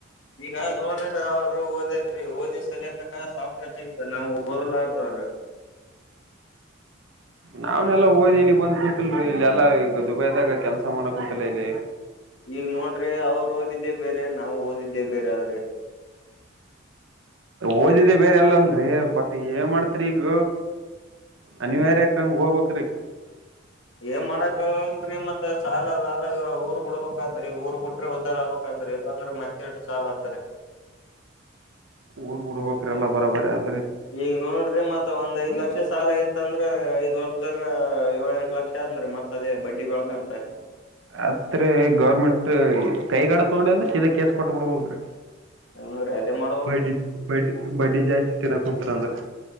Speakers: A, on the left (about 75°); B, on the right (about 85°).
A: ಈಗ ನೋಡ್ರಿ ಸರ್ ಅವರು ಓದಿಗೆಸಿ ಓದಿದ ಸಾಫ್ಟ್ವೇರ್ಗ ನಾವು ಓದಲಾರರು-
B: ನಾವ್ನೆಲ್ಲ ಓದಿ ಇಲ್ಲಿಗ್ ಬಂದ್ ಕುಂತಿನ್ರಿ ಇಲ್ಲೆಲ್ಲ ಈಗ ದುಬೈದಾಗ ಕೆಲ್ಸ- ಮಾಡಕ್ ಕುಂತಿಲ್ಲ ಇಲ್ಲಿ
A: ಈಗ ನೋಡ್ರಿ ಅವ್ರು ಓದಿದ್ದೆ ಬೇರೆ ನಾವು ಓದಿದ್ದೆ ಬೇರೆ ಆದ್ರೆ
B: ಓದಿದೆೆ ಬೇರೆ ಎಲ್ಲಲ್ರಿ ಬಟ್ ಏನ್ ಮಾಡ್ತ್ರಿ ಈಗ, ಅನಿವಾರ್ಯಕಂಗ ಹೋಗಬೇಕ್ರೀ
A: ಏನ್ ಮಾಡಕ್ ಹಾಗಲ್ರಿಮತ್ ಸಾಲದ ಆದ ಊರ್ ಬಿಡ್ಬೇಕಾದ್ರಿ ಊರ್ ಬಿಟ್ರೆ ಉದ್ದಾರ್ ಆಗ್ಬಬೇಕಾತದ್ರಿ ಇಲ್ಲಾಂದ್ರೆ ಮತ್ತೆ ಸಾಲ ಅತದ್ರಿ.
B: ಊರ್ ಹುಡಬೇಕ್ರಿಎಲ್ಲ ಬರ ಬರಿ ಆತದ.
A: ಈಗ ನೋಡ್ರಿ ಮತ್ತೆ ಒಂದ್ಐದ ಲಕ್ಷ ಸಾಲ ಇತ್ತ ಅಂದ್ರೆ ಐದ ವರ್ಷದಾಗ ಏಳ ಎಂಟ ಲಕ್ಷ ಅಂದ್ರೀ ಮತ್ತ ದ ಬಡ್ಡಿ ಬೆಳಕಂತ.
B: ಅತ್ರಿ ಗೌರ್ಮೆಂಟ್ ಕೈಗಾಡ ತಗೊಂಡೆ ಅಂದ್ರ ಸೀದಾ ಕೇಸ್ ಕೊಟ್ಟ ಬಿಡ್ಬೇಕ್ರಿ.
A: ಹ ಅೇ ಮಾಡ <unintelligible>
B: ಬಡ್ಡಿ ಬಡ್ಡಿ ಬಡ್ಡಿ ಜಾಸ್ತಿ ತಿನ್ನ ಕುಂತರ ಅಂದ್ರ-